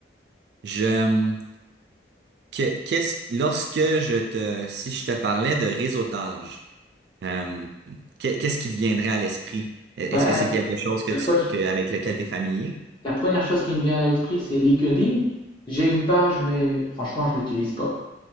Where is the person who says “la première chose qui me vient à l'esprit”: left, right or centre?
Left